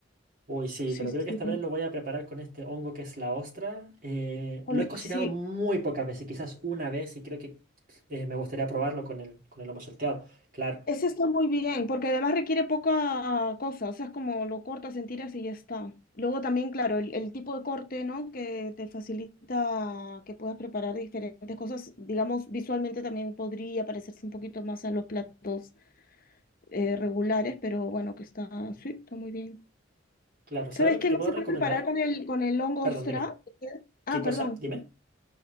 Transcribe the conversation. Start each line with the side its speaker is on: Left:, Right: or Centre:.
Right: Uy, sí,
Left: Sí,
Right: pero
Left: sí.
Right: creo que esta vez lo voy a preparar con este hongo que es la ostra. Eh,
Left: Con-
Right: lo he cocinado
Left: sí,
Right: muy pocas veces, quizás una vez, y creo que eh, me gustaría probarlo con el, con el lomo salteado. Claro,
Left: ese está muy bien, porque además requiere poca cosa, o sea, es como lo cortas en tiras y ya está. Luego también, claro, el, el tipo de corte, ¿no? Que te facilita que puedas preparar diferentes cosas, digamos, visualmente también podría parecerse un poquito más a los platos eh, regulares, pero bueno, que está, sí, está muy bien.
Right: claro. ¿Sabes
Left: ¿Sabes
Right: lo que
Left: qué
Right: te
Left: más
Right: puedo
Left: se
Right: recomendar?
Left: puede preparar con el, con el hongo
Right: Perdón,
Left: ostra?
Right: dime.
Left: Ah,
Right: ¿Qué cosa?
Left: perdón,
Right: Dime.